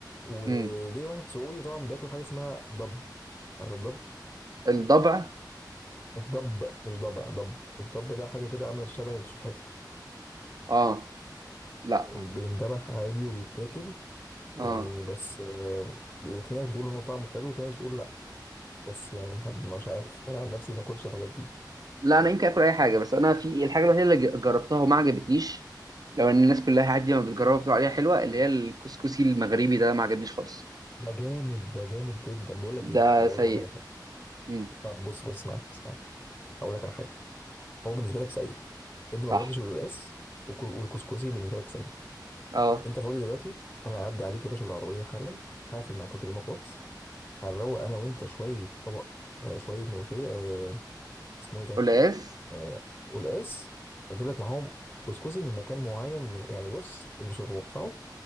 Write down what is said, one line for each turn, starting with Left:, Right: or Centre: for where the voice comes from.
Left: وليه
Right: امم
Left: واحد سعودي طبعا بياكلوا حاجه اسمها ضب عارف الضب
Right: الضبع
Left: الضب مش ضبع ضب الضب ده حاجه كده عامله شبه السلحفه
Right: اه لا
Left: بيندبح عادي وبيتاكل يعني
Right: اه
Left: بس آه، بيبقى في ناس بتقول ان هو طعمه حلو وفي ناس بتقول بس يعني ما حد مش عارف انا عن نفسي ما اكلش الحاجات دي
Right: لا انا يمكن اكل اي حاجه بس انا في الحاجه الوحيده اللي ج- جربتها وما عجبتنيش لو ان الناس كلها عادي ما بتجربها بتقول عليها حلوه اللي هي الكسكسي المغربي ده ما عجبنيش خالص
Left: ده جامد ده جامد جدا بقول لك ايه
Right: ده
Left: طب
Right: سيء
Left: اقول لك على حاجه حلوه
Right: امم
Left: طب بص بص اسمعني اسمعني هقول لك على حاجه هو بالنسبه لك سيء انت
Right: صح
Left: ما جربتش القلقاس وك- والكسكسي بالنسبه لك سيء
Right: اه
Left: انت فاضي دلوقتي انا هعدي عليك يا باشا بالعربيه حالا هقفل معاك واكلمك واتس هنروق انا وانت شويه طبق آه شويه ملوخيه آه اسمه ايه ده
Right: قلقاس
Left: آه قلقاس واجيب لك معاهم كسكسي من مكان معين من يعني بص انت مش هتتوقعه